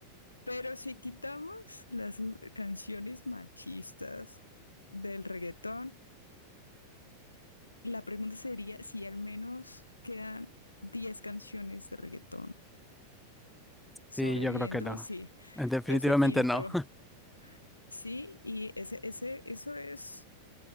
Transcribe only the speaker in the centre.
Sí, yo creo que no.
Definitivamente
no.